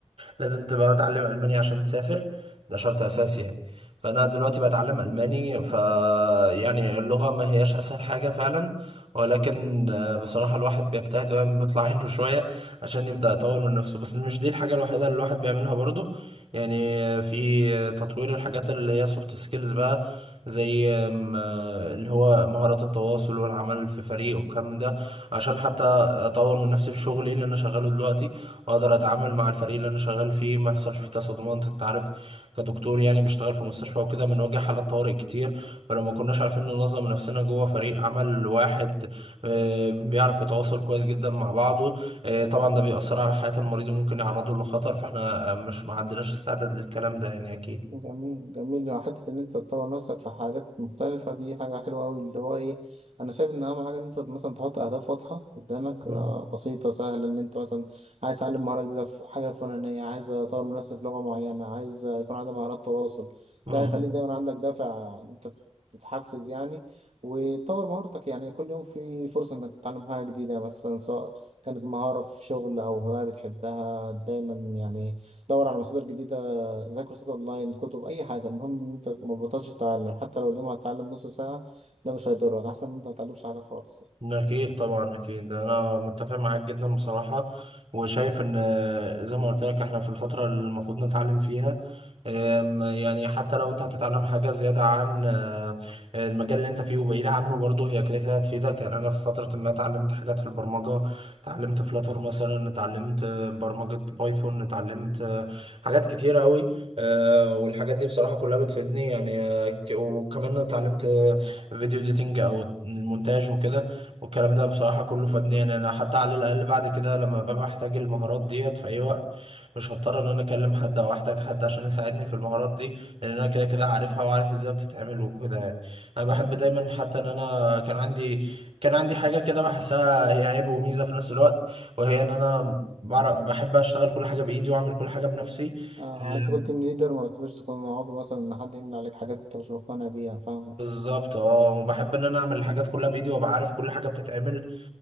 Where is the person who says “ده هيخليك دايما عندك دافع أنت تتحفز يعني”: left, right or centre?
Right